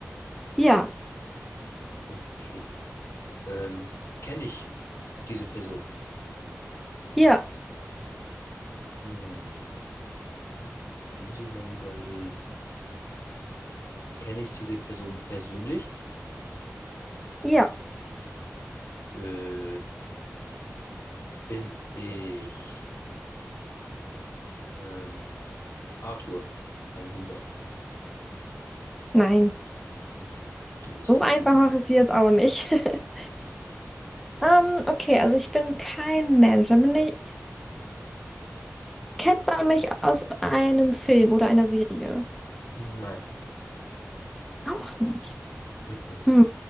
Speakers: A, in the centre; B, on the left.
A: Ja.
B: Okay. Ähm, kenne ich diese Person?
A: Ja.
B: Hm, da muss ich mal überlegen. Kenne ich diese Person persönlich?
A: Ja.
B: Äh, bin ich ähm, Arthur, mein Bruder.
A: Nein,
B: Okay, du bist.
A: so einfach mache ich sie jetzt auch nicht. <laughs> Ähm, okay, also ich bin kein Mensch. Dann bin ich, kennt man mich aus einem Film oder einer Serie?
B: Nein.
A: Auch nicht.
B: Mhm.
A: Hm,